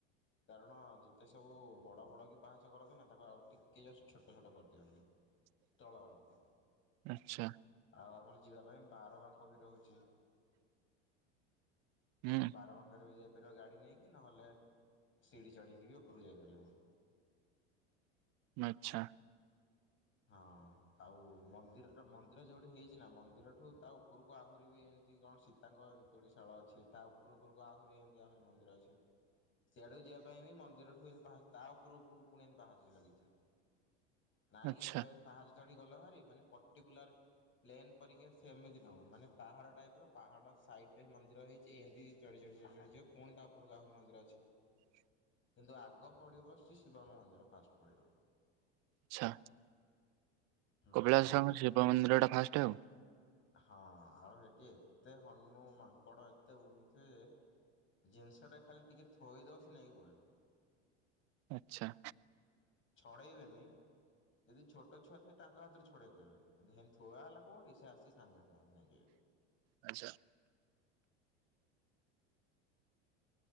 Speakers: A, on the left; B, on the right.
A: କାରଣ ଯେତେ ସବୁ ବଡ଼ ବଡ଼ କି ପାହାଚ କରନ୍ତି ନା ତାକୁ ଆଉ ଟିକେ ଜଷ୍ଟ ଛୋଟ ଛୋଟ କରିଦିଅନ୍ତି।
B: <inaudible>
A: ତଳ ଆଡ଼କୁ
B: ଆଚ୍ଛା
A: ଆଉ ଆମର ଯିବା ପାଇଁ ବାର ବାଙ୍କ ବି ରହୁଛି।
B: ହୁଁ
A: ବାର ବାଙ୍କରେ ବି ଯାଇପାରିବ ଗାଡି ନେଇକି ନହେଲେ ସିଡିି ଚଢ଼ିକି ବି ଉପରକୁ ଯାଇପାରିବ।
B: ଆଚ୍ଛା।
A: ହଁ ଆଉ ମନ୍ଦିର ମନ୍ଦିର ଯୋଉଠି ହେଇଛି ନା ମନ୍ଦିରଠୁ ତା ଉପରକୁ ଆହୁରି ବି କଣ ସୀତାଙ୍କ ଏନ୍ତୁଡ଼ି ସ୍ଥଳ ଅଛି ତା ଉପର ଉପରକୁ ଆହୁରି ଏମିତି ଆହୁରି ମନ୍ଦିର ଅଛି। ସେଆଡକୁ ଯିବା ପାଇଁ ବି ମନ୍ଦିର ଠୁ ତା ଉପୁରୁ ଉପୁରୁକୁ ପୁଣି ଏମିତି ପାହାଚ ଲାଗିଚି। ନାଇଁ
B: ଆଚ୍ଛା
A: କି ହେଇଟା ଏମତି ପାହାଚ ଚଢି ଗଲ ଭାରି ମାନେ ପର୍ଟିକୁଲାର ପ୍ଲେନ୍ ପରୀକା ସେମିତି ନୁହୁଁ। ମାନେ ପାହାଡ଼ ଟାଇପ୍ ର ପାହାଡ଼ ସାଇଟ୍ ରେ ମନ୍ଦିର ହେଇଚି ଏନ୍ତି ଚଢି ଚଢି ଚଢି ଯିବ, ପୁଣି ତା ଉପରୁକୁ ଆହୁରି ମନ୍ଦିର ଅଛି।
B: ହୁଁ
A: କିନ୍ତୁ ଆଗ ପଡିବ ଶି ଶିବ ଙ୍କ ମନ୍ଦିର ଫାଷ୍ଟ ପଡିବ।
B: ଆଚ୍ଛା।
A: ହୁଁ।
B: କପିଳାସ ତ ଆମ ଶିବ ମନ୍ଦିର ଟା ଫାଷ୍ଟ ଆଉ।
A: ହଁ। ଆଉ ହେଠି ଏତେ ହନୁ ମାଙ୍କଡ ଏତେ ବୁଲୁଥିବେ ଯେ ଜିନିଷଟା ଖାଲି ଟିକେ ଖାଲି ଥୋଇଦବ ସେ ନେଇକି ପଳେଇବେ।
B: ଆଚ୍ଛା।
A: ଛଡେଇବେନି। ଯଦି ଛୋଟ ଛୁଆ ଥିବେ ତାଙ୍କ ହାତରେ ଛଡେଇଦେବେ। କିନ୍ତୁ ଥୁଆ ହେଲା କୋଉଠି ସେ ଆସି ସାଙ୍ଗେ ସାଙ୍ଗେ ନେଇଯିବେ।
B: ଆଚ୍ଛା।